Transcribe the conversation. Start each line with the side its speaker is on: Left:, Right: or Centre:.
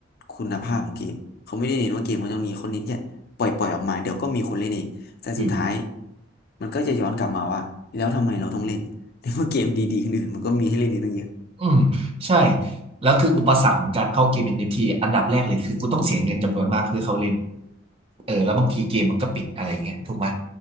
Left: คุณภาพของเกมเขาไม่ได้เน้นว่าเกมเขาจะมีคนเน้นแค่ปล่อยปล่อยออกมาเดี๋ยวก็มีคนเล่นเองแต่สุดท้าย
Right: อืม
Left: มันก็จะย้อนกลับมาว่าแล้วทำไมเราต้องเล่น <laughs> ในเมื่อเกมดีๆคนอื่นมันก็มีให้เล่นอีกตั้งเยอะ
Right: อืมใช่แล้วคืออุปสรรคของการเข้าเกม NFT อนเอฟทีอันดับแรกเลยคือกูต้องเสียเงินจำนวนมากเพื่อเข้าเล่นเออแล้วบางทีเกมมันก็ปิดอะไรอย่างเงี้ยถูกไหม